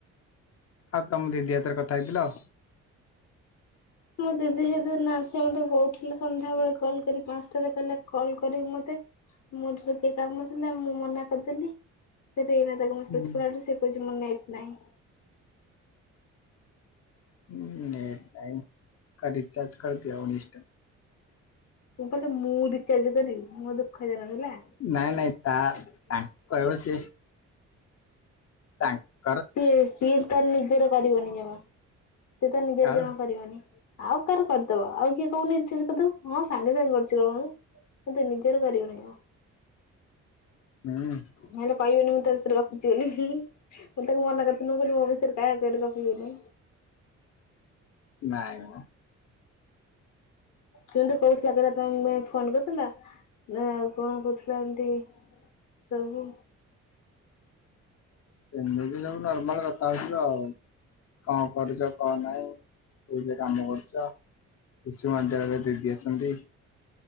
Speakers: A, on the left (about 55°); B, on the left (about 70°).
A: ଆଉ ତମ ଦିଦି ହାତରେ କଥା ହେଇଥିଲ ଆଉ।
B: ମୋ ଦିଦି ହେଦିନ ସେ ମତେ କହୁଥିଲେ ସନ୍ଧ୍ୟାବେେଳେ କଲ୍ କରି ପାଞ୍ଚଟାରେ କହିଲା କଲ୍ କରିବୁ ମତେ। ମୋର ଟିକେ କାମଥିଲା ମୁଁ ମନା କରିଦେଲି ସିଏ ଏଇନା ତାକୁ ମେସେଜ୍
A: ହୁଁ
B: କଲାଠୁ ସିଏ କହୁଚି ମୋର ନେଟ୍ ନାହିଁ
A: ହଁ ନେଟ୍ ନାଇଁ କଅ ରିଚାର୍ଜ କରଦିଅ ଉଣେଇଶି ଟଙ୍କା
B: କଣ କହିଲେ ମୁଁ ରିଚାର୍ଜ କରିବି ମୋ ଦୁଃଖ ଜାର ହେଲା
A: ନାଇଁ ନାଇଁ ତା ତାଙ୍କୁ କହିବ ସେ ତାଙ୍କ
B: ସିଏ ସିଏ ତାର ନିଜର କରିବନି ଜମା ସିଏ ତ ନିଜର
A: ଆଉ
B: ଜମା କରିବନି ଆଉ କାହାର କରିଦବ ଆଉ କିଏ କହୁନି ରିଚାର୍ଜ କରିଦଉ ହଁ ସାଙ୍ଗେ ସାଙ୍ଗେ କରିଦବ ମ କିନ୍ତୁ ନିଜର କରିବନି।
A: <unintelligible> ହୁଁ
B: ନହେଲେ କହିବନି ମୁଁ ତା ସାଙ୍ଗରେ ଗପୁଛି ବୋଲି ମୁଁ ତାକୁ ମନା କରିଥିଲି କହଲି ମୋ ବିଷୟରେ କାହା ଆଗରେ ଗପିବୁଣି
A: ନାଇଁ ମ
B: କିନ୍ତୁ କହୁଥିଲା କ ତମେ ଫୋନ୍ କରିଥିଲା ଆଉ କଣ କହୁଥିଲା ଏମତି ସବୁ
A: ସେମିତି ବି ଯୋଉ ନର୍ମାଲ କଥା ହଉଥୁଲ ଆଉ କଣ କରୁଚ କଣ ନାହିଁ ଏ ବି କାମ କରୁଚ। ଶିଶୁମନ୍ଦିରରେ ଦିଦି ଅଛନ୍ତି।